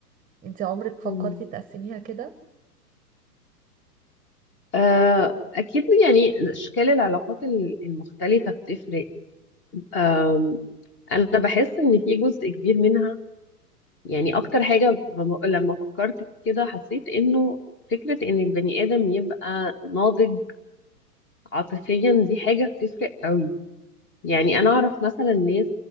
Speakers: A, on the right; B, on the left.
A: انت عمرك فكرتي
B: مم.
A: تقسميها كده؟
B: آه، أكيد يعني أشكال العلاقات ال- المختلفة بتفرق آم، أنا بحس إن في جزء كبير منها يعني أكتر حاجة بم- لما فكرت كده حسيت إنه فكرة إن البني آدم يبقى ناضج عاطفيا دي حاجة بتفرق قوي يعني انا اعرف مثلا ناس